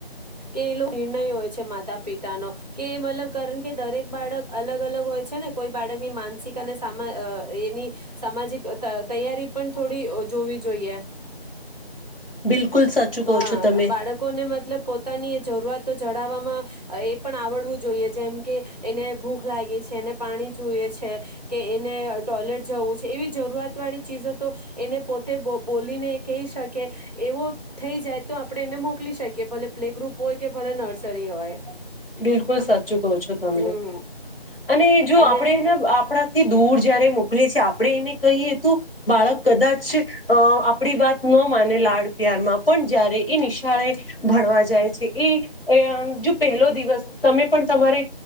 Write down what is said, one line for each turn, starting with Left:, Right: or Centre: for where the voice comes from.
Right: કે એ નિર્ણય હોય છે માતા પિતાનો કે મતલબ કારણ કે દરેક બાળક અલગ અલગ હોય છે ને કોઈ બાળકની માનસિક અને એની સામાજિક તૈયારી પણ થોડી જોવી જોઈએ.
Left: બિલકુલ સાચું
Right: હા
Left: કહો છો તમે
Right: બાળકોને મતલબ પો પોતાની જરૂરતો જડવવામાં, એ પણ આવડવું જોઈએ જેમ કે, એને ભૂખ લાગે છે એને પાણી જોઈએ છે, કે એને ટોયલેટ જવું છે, એવી જરૂરિયાત વાળી ચીજો તો એને પોતે બોલીને કહી શકે, એવો થઈ જાય તો આપણે એને મોકલી શકીએ ભલે પ્લે ગ્રુપ હોય કે ભલે નર્સરી હોય.
Left: બિલકુલ સાચું કહો છો તમે,
Right: હમ
Left: અને જો
Right: અને
Left: આપણે આપણે થી દૂર જયારે મોકલી છે આપણે એને કહીએ તું બાળક કદાચ અ આપણી વાત ન માને લાડ પ્યારમાં પણ જયારે એ નિશાળે, ભણવા જાય છે એ જો પહેલો દિવસ તમે પણ તમારી